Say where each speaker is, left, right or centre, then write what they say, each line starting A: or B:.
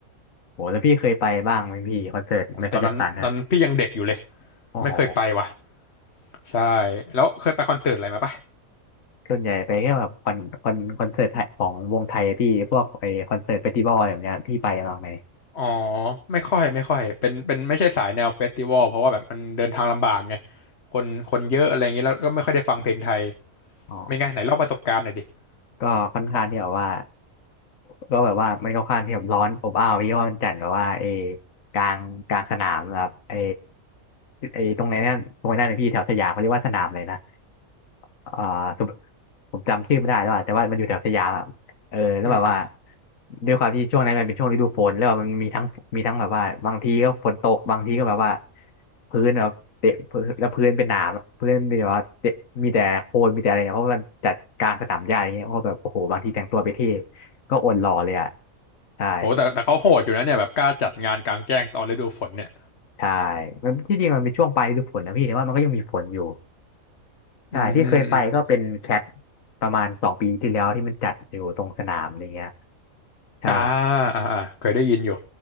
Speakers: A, on the left (about 70°); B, on the left (about 50°).
A: โหแล้วพี่เคยไปบ้างไหมพี่คอนเสิร์ตไมเคิลแจ็คสันอ่ะ
B: โอ้ตอนนั้นตอนนั้นพี่ยังเด็กอยู่เลย
A: โอ้โห
B: ไม่เคยไปว่ะใช่แล้วเคยไปคอนเสิร์ตอะไรมาปะ
A: ส่วนใหญ่ไปแค่แบบคอนคอนคอนเสิร์ตไทยของวงไทยพี่พวกไอคอนเสิร์ตเฟสติวัลอะไรแบบเนี้ยพี่ไปบ้างไหม
B: อ๋อไม่ค่อยไม่ค่อยเป็นเป็นไม่ใช่สายแนวเฟสติวัลเพราะว่าแบบมันเดินทางลำบากไงคนคนเยอะอะไรอย่างนี้แล้วก็ไม่ค่อยได้ฟังเพลงไทย
A: อ๋อ
B: เป็นไงไหนเล่าประสบการณ์หน่อยดิ
A: ก็ค่อนข้างที่แบบว่า
B: ของ
A: ก็แบบว่ามันก็ค่อนข้างที่แบบร้อนอบอ้าวเพราะว่ามันจัดแบบว่าเออกลางกลางสนามแบบเอเอตรงไหนนั่นตรงไหนนั่นนะพี่แถวสยามเขาเรียกว่าสนามเลยนะ อ่าสุผมจำชื่อไม่ได้แล้วอะแต่ว่ามันอยู่แถวสยามอะเออแล้วแบบว่า
B: อืมอืม
A: ด้วยความที่ช่วงนั้นมันเป็นช่วงฤดูฝนแล้วแบบมันมีทั้งมีทั้งแบบว่าบางทีก็ฝนตกบางทีก็แบบว่าพื้นแบบเตะพื้นแล้วพื้นเป็นหนามอะพื้นมีแบบว่าเตะมีแต่โคลนมีแต่อะไรเนี่ยเพราะว่ามันจัดการสนามหญ้าอย่างเงี้ยเพราะแบบโอ้โหบางทีแต่งตัวไปเที่ก็อดหล่อเลยอ่ะใช่
B: โหแต่แต่เขาโหดอยู่นะเนี่ยแบบกล้าจัดงานกลางแจ้งตอนฤดูฝนเนี่ย
A: ใช่มันที่จริงมันเป็นช่วงปลายฤดูฝนนะพี่แต่ว่ามันก็ยังมีฝนอยู่ ใช่ที่เคยไปก็เป็นแคท
B: อืมอืมอม
A: ประมาณสองปีที่แล้วที่มันจัดอยู่ตรงสนามอะไรเงี้ยใช่
B: อ่าอ่าอ่าเคยได้ยินอยู่